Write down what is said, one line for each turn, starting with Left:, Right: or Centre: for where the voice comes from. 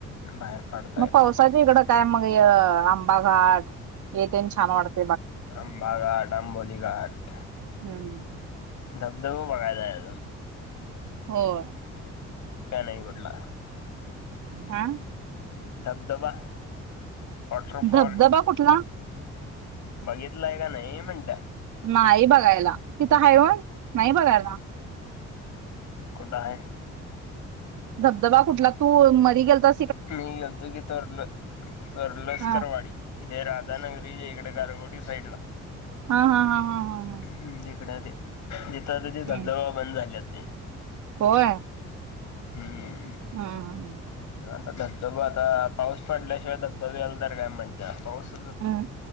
Left: बाहेर पडत
Right: मग पावसाच्या इकडं काय मग आंबा घाट येथ छान वाटत
Left: आंबा घाट आंबोली घाट
Right: हम् हम
Left: धबधब मंगायलाय
Right: होय
Left: काय नाही घडला
Right: हा
Left: धबधबा वॉटरफॉल
Right: धबधबा कुठला
Left: बघितलंय का नाही म्हणता
Right: नाही बघायला तिथं आहे होय नाही बघायला
Left: खोट आहे
Right: धबधबा कुठला तू मरी गेल तर
Left: मी गेतो की तोरलं तर लष्करवाडी
Right: हा
Left: हे राधानगरी इकडे गारगोडी साईड ला
Right: हा हा हा हा हा हा
Left: हम तिकड ते जथ ते धबधबा
Right: हम्म
Left: बंद झाल्यात ते
Right: होय
Left: हम्म
Right: हा हां
Left: आता धबधबा आता पाऊस पडल्याशिवाय धबधबे आला तरर काय मज पाऊस
Right: हम्म